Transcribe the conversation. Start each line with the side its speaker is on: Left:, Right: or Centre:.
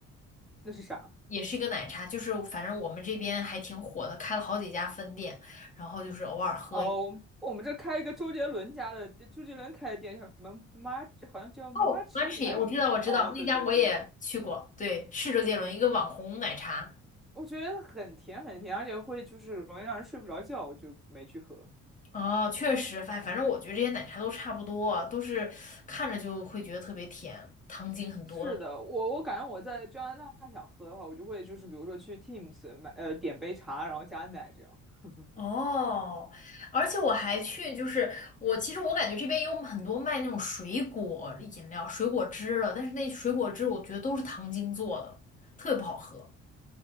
Centre: <laughs> 那是啥？
Left: 也是一个奶茶，就是反正我们这边还挺火的，开了好几家分店，然后就是偶尔喝一。
Centre: 哦，我们这开一个周杰伦家的，周杰伦开的店叫什么 m a 好像叫 Machi
Left: 哦，Matcha，
Centre: 还是什么？
Left: 我知道，我知道，
Centre: 啊，对对对。
Left: 那家我也去过，对，是周杰伦一个网红奶茶。
Centre: 我觉得很甜很甜，而且会就是容易让人睡不着觉，我就没去喝。
Left: 哦，确实，反反正我觉得这些奶茶都差不多啊，都是看着就会觉得特别甜，糖精很多的。
Centre: 是的，我我感觉我在加拿大想喝的话，我就会就是比如说去 Teams 买呃点杯茶，然后加奶这样。<laughs>
Left: 哦，而且我还去，就是我其实我感觉这边有很多卖那种水果饮料、水果汁了，但是那水果汁我觉得都是糖精做的，特别不好喝。